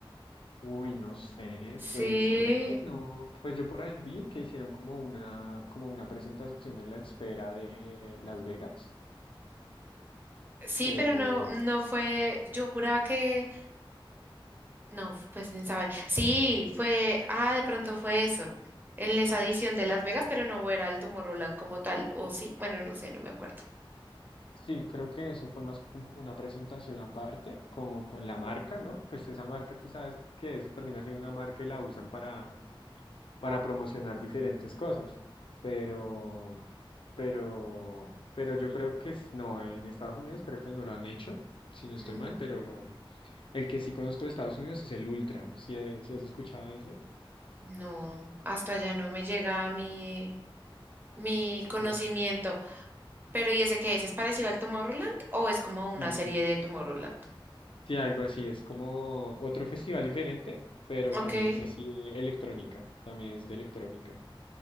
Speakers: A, on the left; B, on the right.
A: Uy, no sé,
B: Sí,
A: pues creo que no. Pues yo por ahí vi que hicieron como una, como una presentación en la esfera de Las Vegas,
B: sí,
A: pero
B: pero no, no fue, yo juraba que No, pues ni sabe. Sí, fue, ah, de pronto fue eso, en esa edición de Las Vegas, pero no era el Tomorrowland como tal, o sí, bueno, no sé, no me acuerdo.
A: Sí, creo que eso fue más como una presentación aparte, como con la marca, ¿no? Pues esa marca, tú sabes que eso termina siendo una marca y la usan para, para promocionar diferentes cosas. Pero, pero, pero yo creo que es- no, en Estados Unidos creo que no lo han hecho, si no estoy
B: Mm,
A: mal, pero el que sí conozco de Estados Unidos es el Ultra. ¿Si has escuchado de ese?
B: no, hasta allá no me llega mi, mi conocimiento.
A: No.
B: Pero ¿y ese qué es? ¿Es parecido al Tomorrowland o es como una
A: Sí.
B: serie de Tomorrowland?
A: Sí, algo así, es como otro festival diferente, pero
B: Ok.
A: también es así de electrónica, también es de electrónica,